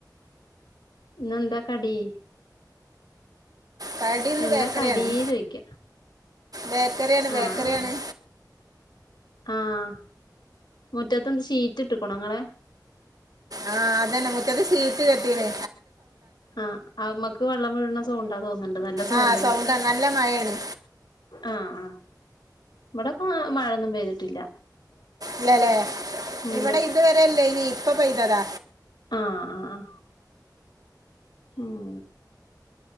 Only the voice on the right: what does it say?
കടി ഇന്ന്
ബേക്കറിയാണ്
ബേക്കറിയാണ്
ബേക്കറിയാണ്
ആ അതെന്നെ മുറ്റത്ത് ഷീറ്റ് കെട്ടീണ്
ആ സൗണ്ടാണ് നല്ല മഴയാണ്
ല്ലല്ലേ
ഇവിടെ ഇതുവരെല്ലേനി പ്പ പെയ്തതാ